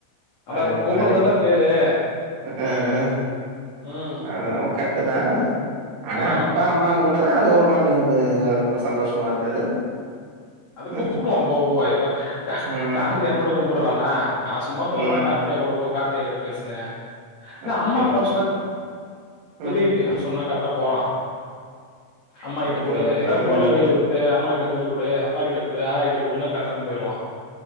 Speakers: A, on the left; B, on the right.
A: அதா
B: அ டியான் தொன்னாரே
A: கூப்புட்றதுதான பேரு
B: அஆ
A: ம்
B: அத நம கட் ட்டுதா ஆனா
A: ம்
B: அப்பா அம்மான்னு கூட்டாதா அது ஒரு நல்லது இதுவா இருக்கு சந்தோஷ்மா இருக்காது
A: அத கூப்புடுவா
B: ம்
A: போவ் போவ இப்ப கா
B: ம்
A: கார்த்திகா மட்டு கூப்புட்றானா நா சும்மா சொல்றே
B: ம்
A: கார்த்திகா கூடப்போ கார்த்திகா கிட்ட பேசுனே ல
B: ஓகே
A: அம்மா அப்பான்
B: ஓகே
A: சொனத்
B: ம்
A: தெரியுது அவ் சொன்னா கரக்ட்டா போலா அம்மா கிட்ட
B: ஓகே
A: கூட
B: ஓகே
A: ஏதாவ் பொர்ளு
B: ஆ
A: வேல குடு து அம்மா கிட்ட தின்னு குடு அப்பா கிட்ட குடு ஆயா கிட்ட குடுன்னு கர்ட்டா எத்துன் போய்டுவா